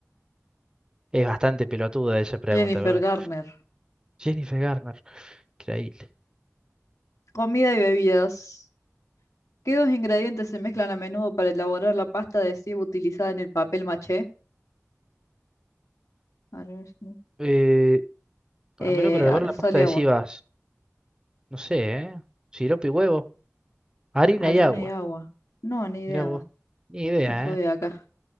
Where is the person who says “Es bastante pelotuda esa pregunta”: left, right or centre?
Right